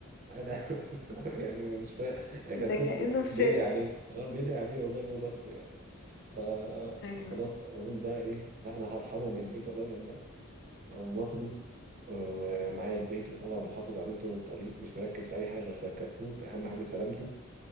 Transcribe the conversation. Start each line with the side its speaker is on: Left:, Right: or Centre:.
Right: انا <laughs> يعني مش فاهم الكتكوت
Left: ده كأنه
Right: ب-
Left: في سيرك
Right: بيدعي عليه اه بيدعي عليه والله هو ماسكه يعني فخلاص
Left: ايوه
Right: اقول بقى ايه لا انا هرحمه من ايد الراجل ده اقوم واخده آه، ومعايا البيت وطبعا محافظ عليه طول الطريق مش مركز في اي حاجه غير في الكتكوت اهم حاجه سلامته